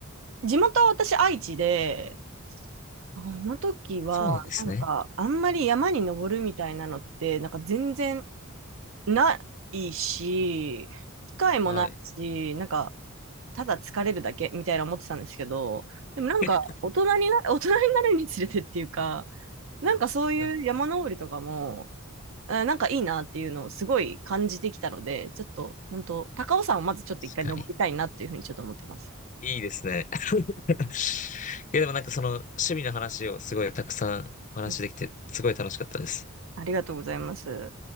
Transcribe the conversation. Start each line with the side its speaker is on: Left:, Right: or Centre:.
Right: 地元は私愛知で、その時は、
Left: そうなんですね。
Right: なんか、あんまり山に登るみたいなのって、なんか全然ないし、機会もないし、
Left: はい。
Right: なんか、ただ疲れるだけみたいな思ってたんですけど、でもなんか、
Left: <laughs>
Right: 大人にな、<laughs> 大人になるにつれてっていうか、なんかそういう山登りとかも、
Left: はい。
Right: あなんかいいなっていうのをすごい感じてきたので、ちょっと、本当高尾山をまずちょっと一回登りたいなっていうふうにちょっと思ってます。
Left: 確かに。いいですね。<laughs> いや、でもなんかその趣味の話をすごいたくさんお話しできて、
Right: うん
Left: すごい楽しかったです。
Right: ありがとうございます。